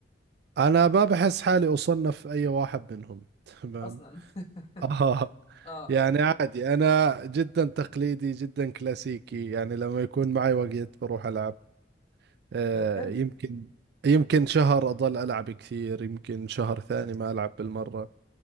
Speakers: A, on the right; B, on the left.
A: انا ما بحس حالي اصنف اي واحد منهم <laughs> تمام
B: اصلا
A: اه
B: <laughs> اه
A: يعني عادي انا جدا تقليدي جدا كلاسيكي يعني لما يكون معي وقت بروح العب آه
B: طيب حلو
A: يمكن يمكن شهر اضل العب كثير يمكن شهر ثاني ما العب بالمرة